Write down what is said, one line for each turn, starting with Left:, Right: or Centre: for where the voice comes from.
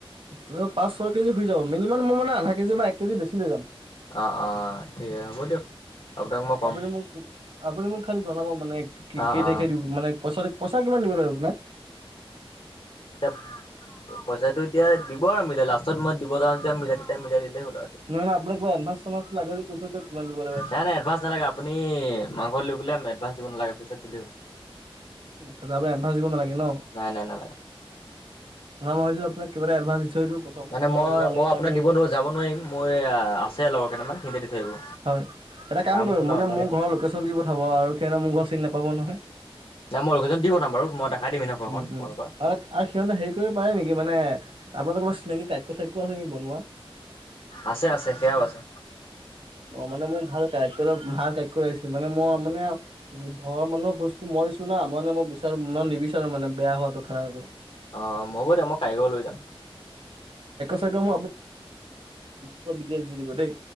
Right: ত পাঁচ ছয় কেজি শুই যাব মিনিমাম মই মানে আধা কেজি বা এক কেজি বেছি লৈ যাম
Left: অ', অ ঠিকে হ'ব দিয়ক আপোনাক মই ক'ম
Right: আপুনি মোক আপুনি মোক খালি জনাব মানে কি
Left: অ',
Right: কেই
Left: অ',
Right: তাৰিখে দিব মানে পইচাটো পইচা কিমান দিব লাগিব আপোনাক
Left: এতিয়া পইচাটো এতিয়া দিব আৰু মিলাই লাষ্টত মই দিব যাওঁ যেতিয়া মিলাই তেতিয়া মিলাই দিলে হ'ল
Right: নহয় নহয় আপোনাক কিবা এডভান্স চেডভান্স লাগে যদি কৈ থৈ দিয়ক কিমান দিব লাগিব
Left: নাই নাই এডভান্স নালাগে আপুনি মাংস লেই এডভান্স দিব নালাগে পিছত দিলে হল
Right: ত আমি এডভান্স দিব নালাগে ন।
Left: নাই নাই নালাগে
Right: ন মই ভাবিছিলো আপোনাক কিবাটা এডভান্স থৈ দিওঁ প্ৰথম
Left: মানে মই
Right: লোৱালৈকে
Left: মই
Right: টাইম
Left: আপোনাক
Right: লাগিব
Left: দিব নোৱাৰো
Right: নহয়
Left: যাব নোৱাৰিম মই আছে লগৰ কেইটামান সি দি থৈ আহিব
Right: হয় এটা কাম কৰিব
Left: আছে ন
Right: মানে মোৰ
Left: বিজি
Right: ঘৰৰ লোকেশ্যন দি পঠাব আৰু সিহঁতে মোৰ ঘৰৰ চিনি নাপাব নহয়
Left: নাই মই লোকেশ্যন দি পঠাম বাৰু মই দেখাই দিম সেইদিনাখন
Right: উম
Left: ঘৰখন
Right: উম
Left: আপোনালোকৰ
Right: আৰু আৰু সিহঁতে হেৰি কৰিব পাৰে নেকি মানে আপোনালোকৰ চিনাকি কাইক চাইকো আছে নিকি বনোৱা
Left: আছে আছে সেয়াও আছে
Right: অ', মানে মোৰ ভাল কাৰিকৰ এটা ভাল কাৰিকৰ লাগিছিল মানে মই মানে ঘৰৰ মানুহৰ ভুজ টো মই দিছো না মানে মই বিচাৰো মই নিবিচাৰো মানে বেয়া হোৱাটো খানাটো
Left: অহ হব দে মই কাৰিকৰ লৈ যাম
Right: <unintelligible> মোক চব দিটেলচ দি দিব দেই